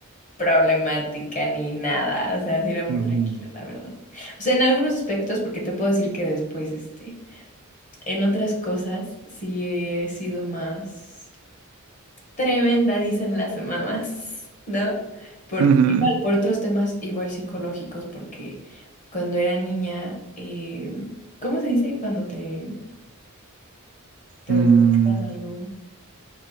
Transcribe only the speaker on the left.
problemática ni nada, o sea, sí era muy
tranquila, la verdad. O sea, en algunos aspectos, porque te puedo decir que después, este, en otras cosas, sí he sido más tremenda, dicen las mamás, ¿no? Por,
igual, por otros temas igual psicológicos, porque cuando era niña, eh, ¿cómo se dice cuando te, te
detectan algo?